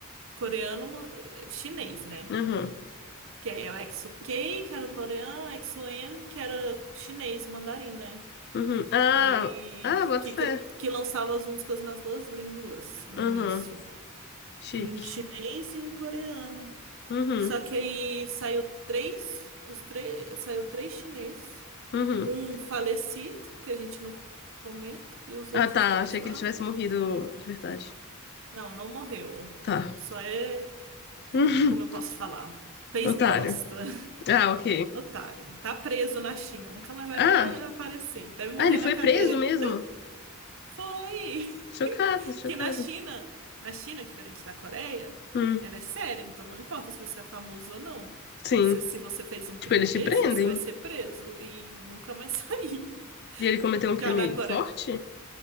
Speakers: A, on the right; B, on the left.
A: coreano, uma- eh, chinês, né?
B: Aham,
A: Que aí é o EXO-K, que era o coreano, EXO-M, que era chinês, mandarim, né?
B: uhum. Ah,
A: Aí
B: ah, bota
A: que,
B: fé.
A: que lançava as músicas nas duas línguas no início,
B: Aham, chique.
A: em chinês e em coreano.
B: Uhum,
A: Só que aí saiu três, os três, saiu três chineses,
B: uhum.
A: um falecido, que a gente não comenta, e os outros
B: Ah, tá,
A: dois
B: achei
A: lá.
B: que ele tivesse morrido de verdade.
A: Não, não morreu.
B: Tá.
A: Só é,
B: <laughs>
A: como eu posso falar? Fez
B: Otário.
A: bosta. <laughs>
B: Ah, ok.
A: Otário. Tá preso na China, nunca mais vai
B: Ah,
A: nem aparecer. Deve morrer
B: Ah, ele foi
A: na cadeia.
B: preso mesmo?
A: <laughs> Foi!
B: Chocado, chocado.
A: Que na China, na China, diferente da Coreia,
B: Hum,
A: ela é séria, então não importa se você é famoso ou não.
B: sim.
A: Você, se você fez um crime
B: Tipo, eles
A: desse,
B: te prendem?
A: você vai ser preso e nunca mais <laughs> sair.
B: E ele cometeu um crime
A: Já na Coreia,
B: forte?